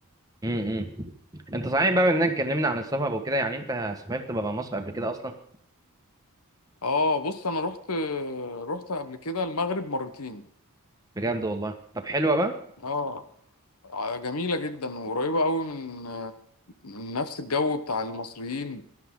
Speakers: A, on the right; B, on the left.
A: امم امم. انت صحيح بقى بما اننا اتكلمنا عن السفر وكده يعني انت سافرت بره مصر قبل كده اصلا
B: اه بص أنا رحت رحت قبل كده المغرب مرتين
A: بجد والله طب حلوه بقى
B: اه جميلة جدا وقريبة أوي من من نفس الجو بتاع المصريين